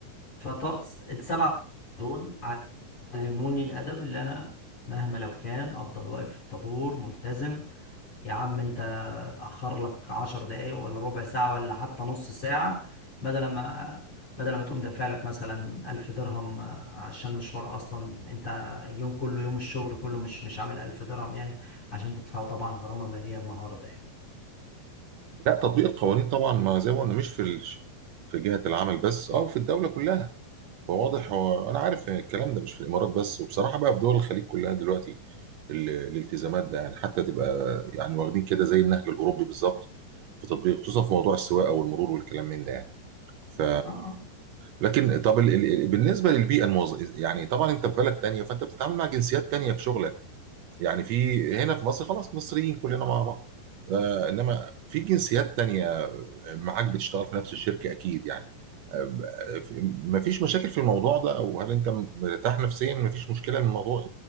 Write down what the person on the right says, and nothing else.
لا تطبيق القوانين طبعا ما زي ما قلنا مش في ال- في جهة العمل بس اه في الدولة كلها فواضح هو انا عارف إن الكلام ده مش في الامارات بس وبصراحه بقى في دول الخليج كلها دلوقتي ال- الالتزامات ده يعني حتى تبقى يعني واخدين كده زي النهج الاوروبي بالظبط في تطبيق خصوصا في موضوع السواقه والمرور والكلام من ده يعني ف
لكن طب ال... ال... ال- بالنسبه للبيئه الموظ... يعني طبعا انت في بلد تانية فانت بتتعامل مع جنسيات تانية في شغلك يعني في هنا في مصر خلاص مصريين كلنا مع بعض آه انما في جنسيات تانية آه، معاك بتشتغل في نفس الشركة اكيد يعني آه ب- آه، في- مفيش مشاكل في الموضوع ده او هل انت مرتاح نفسيا مفيش مشكلة من الموضوع